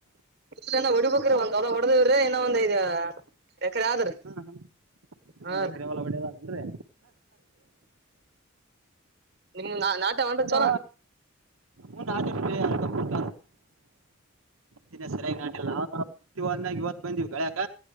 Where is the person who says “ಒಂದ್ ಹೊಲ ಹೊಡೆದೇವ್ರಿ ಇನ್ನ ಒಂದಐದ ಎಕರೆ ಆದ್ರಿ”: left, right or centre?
Right